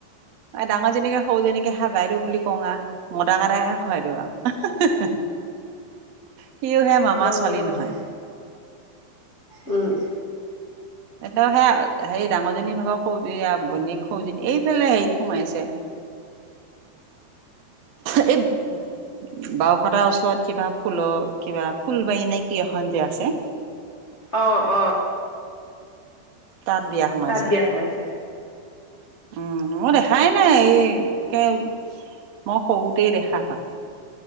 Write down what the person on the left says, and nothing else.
অ'
উম।
অ', অ'।
তাত বিয়া সোমাইছে।